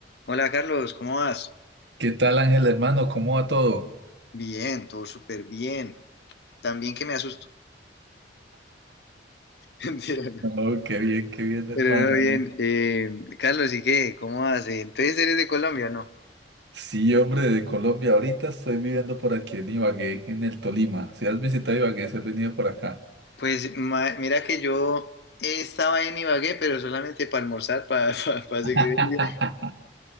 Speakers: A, on the left; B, on the right.
A: Hola Carlos, ¿cómo vas?
B: ¿Qué tal, Ángel, hermano? ¿Cómo va todo?
A: Bien, todo súper bien. También que me asusto. <laughs> Mentira, no.
B: No, qué bien, qué bien, hermano.
A: Pero no, bien. Eh, Carlos, ¿y qué? ¿Cómo vas? Eh, Entonces, ¿eres de Colombia o no?
B: Sí, hombre, de Colombia. Ahorita estoy viviendo por aquí en Ibagué, en el Tolima. Si has visitado Ibagué, si has venido por acá.
A: Pues ma- mira que yo estaba en Ibagué, pero solamente para almorzar, para <laughs>
B: <laughs>
A: seguir el viaje.